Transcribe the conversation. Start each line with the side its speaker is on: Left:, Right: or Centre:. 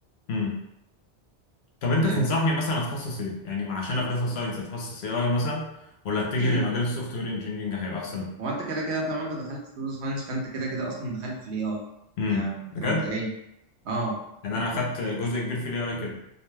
Left: امم طب انت
Right: آه.
Left: تنصحني مثلا اتخصص ايه يعني مع- عشان في داتا ساينس اتخصص اي اي مثلا ولا اتجه
Right: <clears throat>
Left: لمجال السوفت وير انجينيرنج هيبقى احسن
Right: هو انت كده كده طالما انت دخلت داتا ساينس فانت كده كده اصلا دخلت في الاي اي
Left: امم
Right: ده ده
Left: بجد
Right: مبدئيا اه
Left: يعني
Right: يعني
Left: انا اخدت جزء كبير في الاي اي كده